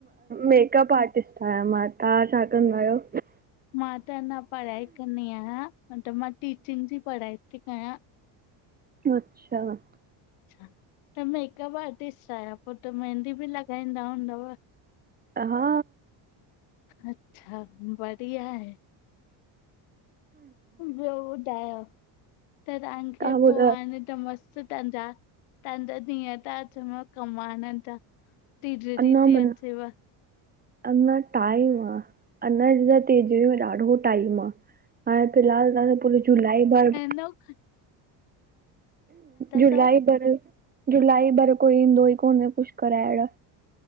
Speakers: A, on the right (about 20°); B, on the left (about 80°).
A: मेकअप आर्टिस्ट आहियां मां, तां छा कंदा आहियो?
B: मां त अंञा पढ़ाई कंदी आहियां मतलब मां टीचिंग जी पढ़ाई थी कयां।
A: अच्छा!
B: अच्छा त मेकअप आर्टिस्ट आहियो, पो त मेंहदी बि लॻाईंदा हूंदव?
A: हा।
B: अच्छा, बढ़िया आहे। ॿियो ॿुधायो त तव्हांखे
A: ॿुधायो
B: पो आ न त मस्तु तव्हांजा, त्हांजा ॾींहं था अचन कमांएण जा। तीजड़ी
A: अञा
B: थी
A: मन
B: अचेव।
A: अञा टाइम आ, अञा त तिजॾीअ में ॾाढो टाइम आ। हाणे फिलहाल तव्वांजो पूरी जुलाई बाद
B: नौखड <unintelligible>
A: जुलाई
B: चओ
A: भर- जुलाई भर कोई ईंदो ई कोन ए कुझ कराएण।